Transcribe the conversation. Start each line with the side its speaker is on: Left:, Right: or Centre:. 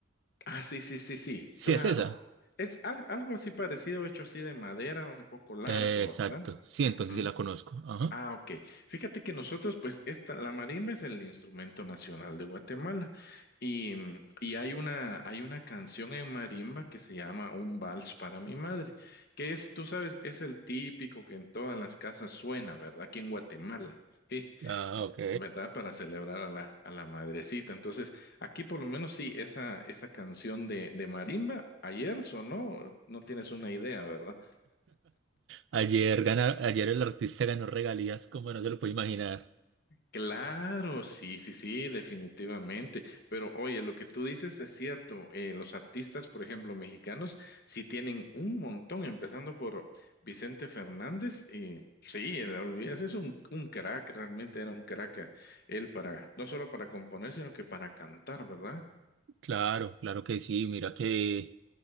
Left: Ah, sí, sí, sí, sí,
Right: Sí,
Left: claro.
Right: es esa.
Left: Es al- algo así parecido, hecho así de madera, un poco largo,
Right: Eh, exacto,
Left: ¿verdad?
Right: sí, entonces
Left: Ujú.
Right: sí la conozco. Ajá.
Left: Ah, ok. Fíjate que nosotros, pues, esta, la marimba es el instrumento nacional de Guatemala. Y, mm, y hay una, hay una canción en marimba que se llama Un vals para mi madre, que es, tú sabes, es el típico que en todas las casas suena, ¿verdad? Aquí en Guatemala. Sí,
Right: Ah, ok.
Left: ¿verdad? Para celebrar a la, a la madrecita. Entonces, aquí por lo menos sí, esa, esa canción de, de marimba ayer sonó, no tienes una idea, ¿verdad?
Right: Ayer, gana- ayer el artista ganó regalías como no se lo puede imaginar.
Left: Claro, sí, sí, sí, definitivamente. Pero oye, lo que tú dices es cierto. Eh, los artistas, por ejemplo, mexicanos, sí tienen un montón, empezando por Vicente Fernández. Y sí, el- olvídate, es un, un crack, realmente era un crack eh, él para, no solo para componer, sino que para cantar, ¿verdad?
Right: Claro, claro que sí. Mira que